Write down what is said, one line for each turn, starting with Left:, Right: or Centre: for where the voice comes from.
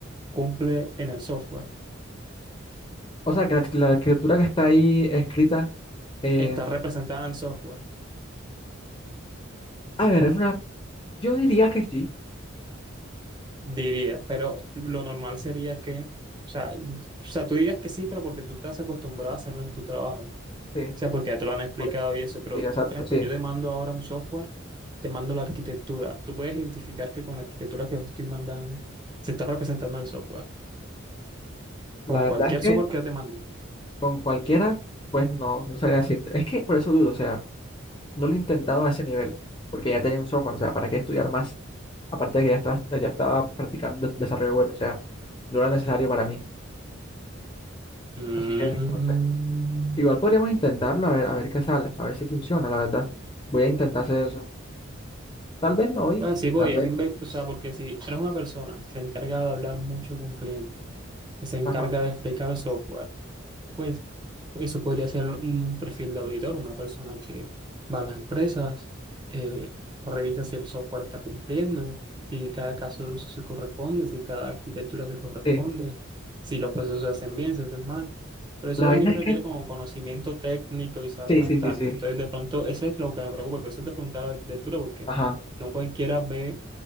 Right: cumple en el software?
Left: O sea, que la, la escritura que está ahí escrita, eh,
Right: Está representada en el software,
Left: a ver, es una, yo diría que sí,
Right: diría, pero lo normal sería que, o sea, o sea, tú dirías que sí, pero porque tú estás acostumbrado a hacerlo en tu trabajo.
Left: sí,
Right: sea, porque ya te lo han explicado
Left: por eso.
Right: y eso, pero,
Left: Sí, exacto,
Right: por ejemplo,
Left: sí.
Right: yo te mando ahora un software, te mando la arquitectura. Tú puedes identificar que con la arquitectura que os estoy mandando se está representando el software.
Left: La
Right: Con cualquier
Left: verdad es que
Right: software que yo te mande.
Left: con cualquiera, pues no, no sabría decirte. Es que por eso dudo, o sea, no lo he intentado a ese nivel, porque ya tenía un software, o sea, ¿para qué estudiar más? Aparte de que ya estaba, ya estaba practicando des- desarrollo web, o sea, no era necesario para mí.
Right: Mm.
Left: Así que, no sé. Igual podríamos intentarlo a ver, a ver qué sale, a ver si funciona, la verdad. Voy a intentar hacer eso. Tal vez no hoy,
Right: Pues sí, podías,
Left: tal vez.
Right: inve- o sea, porque si eres una persona que se encarga de hablar mucho con clientes, que se encarga
Left: Ajá.
Right: de explicar software, Pues eso podría ser un perfil de auditor, una persona que va a las empresas, eh, revisa si el software está cumpliendo, si cada caso de uso se corresponde, si cada arquitectura se corresponde,
Left: Sí.
Right: si los procesos se hacen bien, se hacen mal. Pero eso
Left: La
Right: también
Left: vaina es
Right: requiere
Left: que.
Right: como conocimiento técnico y saber
Left: Sí,
Right: bastante.
Left: sí, sí, sí.
Right: Entonces, de pronto, eso es lo que me preocupa. y Por eso te preguntaba la arquitectura, porque
Left: Ajá.
Right: no cualquiera ve,